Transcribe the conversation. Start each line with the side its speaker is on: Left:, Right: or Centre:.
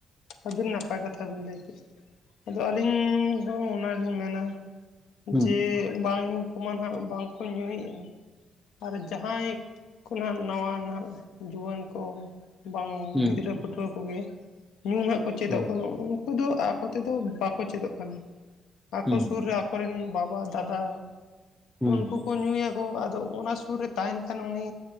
Left: ᱟᱹᱵᱤᱱ ᱱᱟᱯᱟᱭ ᱠᱟᱛᱷᱟ ᱵᱤᱱ ᱞᱟᱹᱭ ᱠᱮᱫᱟ ᱟᱫᱚ ᱟᱹᱞᱤᱧ ᱦᱚᱸ ᱚᱱᱟᱞᱤᱧ ᱢᱮᱱᱟ
Centre: ᱦᱩᱸ
Left: ᱡᱮ ᱵᱟᱝ ᱧᱩ ᱠᱚᱢᱟ ᱱᱟᱦᱟᱜ ᱵᱟᱝᱠᱚ ᱧᱩᱭᱮᱫᱟ ᱟᱨ ᱡᱟᱦᱟᱸᱭ ᱠᱚ ᱱᱟ ᱱᱟᱣᱟ ᱱᱟᱦᱼᱼ ᱡᱩᱣᱟᱹᱱ ᱠᱚ ᱵᱟᱝ
Centre: ᱦᱩᱸ
Left: ᱜᱤᱫᱽᱨᱟᱹ ᱯᱟᱹᱴᱷᱩᱣᱟᱹ ᱠᱚᱜᱮ ᱧᱩ ᱱᱟᱜ ᱠᱚ ᱪᱮᱫᱚᱜ
Centre: ᱦᱩᱸ
Left: ᱠᱟᱱᱟ ᱱᱚᱜᱚᱭ ᱱᱩᱠᱩ ᱫᱚ ᱟᱠᱚᱛᱮᱫᱚ ᱵᱟᱠᱚ ᱪᱮᱫᱚᱜ ᱠᱟᱱᱟ ᱟᱠᱚ
Centre: ᱦᱩᱸ
Left: ᱥᱩᱨ ᱨᱮ ᱟᱠᱚ ᱨᱮᱱ ᱵᱟᱵᱟ ᱫᱟᱫᱟ
Centre: ᱦᱩᱸ
Left: ᱩᱱᱠᱩ ᱠᱚ ᱧᱩᱭᱟ ᱦᱚ ᱟᱫᱚ ᱚᱱᱟ ᱥᱩᱨ ᱨᱮ ᱛᱟᱦᱮᱱ ᱠᱷᱟᱱ ᱩᱱᱤ